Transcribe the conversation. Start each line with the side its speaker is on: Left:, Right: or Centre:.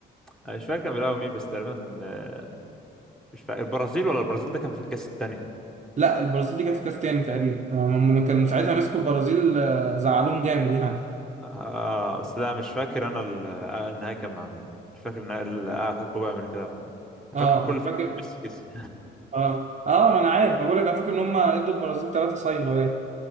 Centre: أنا مش فاكر كان بيلعبوا مين بس تقريبا آه، مش فاكر البرازيل ولا البرازيل ده كان في الكاس التاني
Right: لا البرازيل دي كانت في كاس تاني تقريبا آه، هم كانوا ساعتها مسكوا البرازيل آه، زعلوهم جامد يعني
Centre: آه بس لا مش فاكر أنا ال- آه، النهائي كان مع مين مش فاكر النهائي- ال- آخر كوبا أمريكا ده مع مين أنا
Right: اه
Centre: فاكر كل
Right: انا
Centre: فاكر
Right: فاكر
Centre: ميسي كسب
Right: اه اه ما انا عارف ما بقول لك انا فاكر ان هم ادوا البرازيل ثلاثه صايمه باين